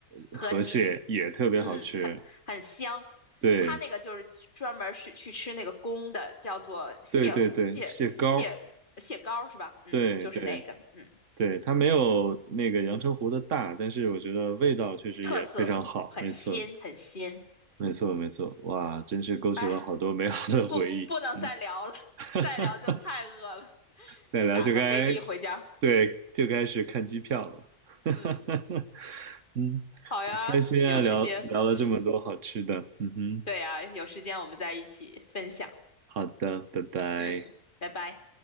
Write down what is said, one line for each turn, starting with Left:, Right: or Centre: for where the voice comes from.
Right: 呃河蟹也特别好吃，
Left: 河蟹，嗯，很很香。
Right: 对
Left: 它那个就是专门是去吃那个公的，叫做蟹蟹蟹蟹膏是吧？
Right: 对对对，蟹膏，
Left: 嗯，
Right: 对对
Left: 就是那个，嗯，
Right: 对，它没有那个阳澄湖的大，但是我觉得味道确实也非常好，
Left: 特色很鲜很鲜。
Right: 没错没错没错，哇，真是勾起了好多美好的回忆，
Left: 哎，不不能再聊了，
Right: 嗯 <laughs>
Left: <laughs> 再聊就太饿了，
Right: 再聊就该
Left: 打个飞的回家。
Right: 对就开始看机票了。<laughs>
Left: 嗯，
Right: 嗯，
Left: 好呀，
Right: 很开心啊，
Left: 有时间，
Right: 聊聊了这么多好吃的。
Left: 嗯。
Right: 嗯哼，
Left: 对啊，有时间我们再一起分享。
Right: 好的，拜拜。
Left: 嗯，拜拜。